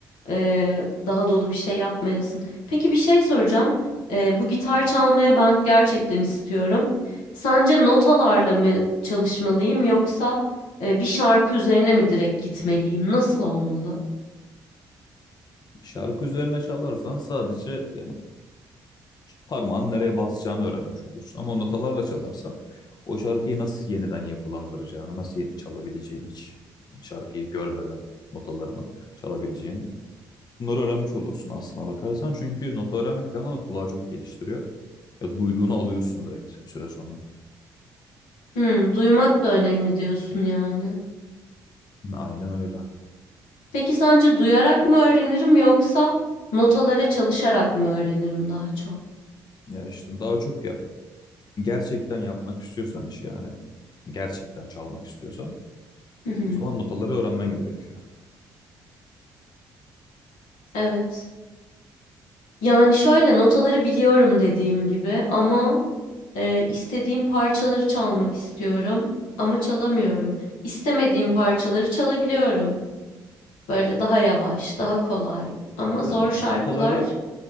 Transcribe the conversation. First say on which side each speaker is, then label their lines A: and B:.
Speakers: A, on the left (about 80°); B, on the left (about 50°).
A: e, daha dolu bir şey yapmayasın? Peki bir şey soracağım. E, bu gitar çalmaya ben gerçekten istiyorum. Sence notalarla mı çalışmalıyım yoksa e, bir şarkı üzerine mi direkt gitmeliyim? Nasıl olmalı?
B: Şarkı üzerine çalarsan sadece yani parmağın nereye basacağını öğrenmiş olursun. Ama notalarla çalarsan o şarkıyı nasıl yeniden yapılandıracağını, nasıl ye- çalabileceğini hiç e, şarkıyı görmeden notalarını çalabileceğini Bunları öğrenmiş olursun aslına bakarsan. Çünkü notu öğrenmek bir yandan da kulağı çok geliştiriyor. Ya duyduğunu alıyorsun direkt bir süre sonra.
A: Hmm, duymak da önemli diyorsun yani.
B: <laughs> Hı, Aynen öyle.
A: Peki sence duyarak mı öğrenirim yoksa notalara çalışarak mı öğrenirim daha çok?
B: Ya işte daha çok ya gerçekten yapmak istiyorsan işi hani gerçekten çalmak istiyorsan
A: Hı hı,
B: o zaman notaları öğrenmen gerekiyor.
A: Evet. Yani şöyle notaları biliyorum dediğim gibi ama e, istediğim parçaları çalmak istiyorum ama çalamıyorum. İstemediğim parçaları çalabiliyorum. Böyle daha yavaş, daha kolay ama zor
B: Yani
A: şarkılar
B: notaları